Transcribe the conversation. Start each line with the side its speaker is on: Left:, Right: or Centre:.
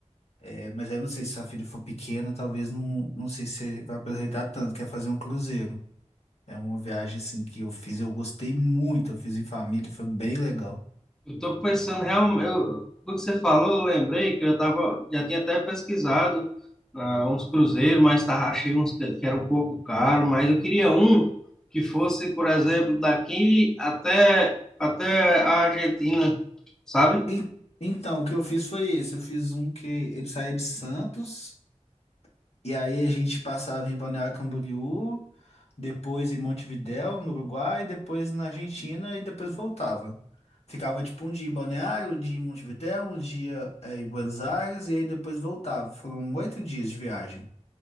Left: é, mas aí eu não sei se sua filha for pequena, talvez não, não sei se você vai aproveitar tanto, que é fazer um cruzeiro. É uma viagem, assim, que eu fiz, eu gostei muito, eu fiz em família, foi bem legal.
Centre: Eu estou pensando, realmente, eu, do que você falou, eu lembrei que eu já tava, já tinha até pesquisado ah, uns cruzeiros, mas tava, achei uns que, que eram um pouco caro, mas eu queria um que fosse, por exemplo, daqui até, até a Argentina, sabe?
Left: E- então, o que eu fiz foi esse, eu fiz um que ele saía de Santos, E aí a gente passava em Balneário Camboriú, depois em Montevidéu, no Uruguai, depois na Argentina e depois voltava. Ficava tipo um dia em Balneário, um dia em Montevidéu, um dia eh, em Buenos Aires e aí depois voltava. Foram oito dias de viagem.